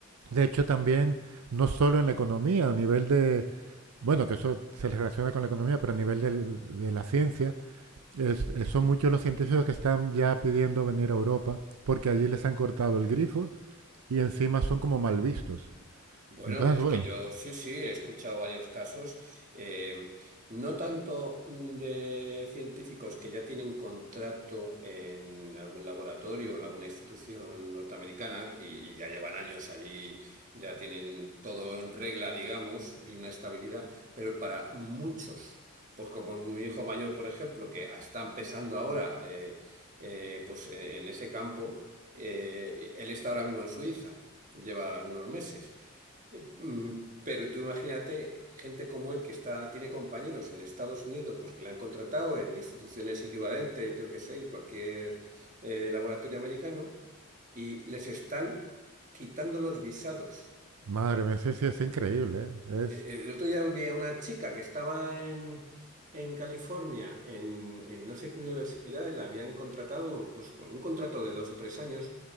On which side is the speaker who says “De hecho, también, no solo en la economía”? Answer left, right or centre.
Right